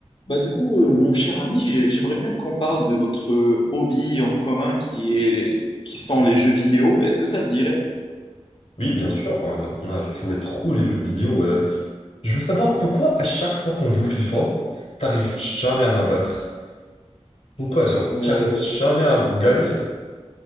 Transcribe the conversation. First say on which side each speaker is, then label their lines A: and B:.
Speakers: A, on the left (about 45°); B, on the left (about 70°).
A: Bah du coup, euh, mon cher ami, j'ai- j'aimerais bien qu'on parle de notre euh, hobby en commun qui est, qui sont les jeux vidéo. Est-ce que ça te dirait?
B: Oui, bien sûr, ben, on a joué trop les jeux vidéo. euh. Je veux savoir pourquoi à chaque fois qu'on joue FIFA, t'arrives jamais à m'abattre. Pourquoi, genre,
A: Euh,
B: t'arrives jamais à me gagner?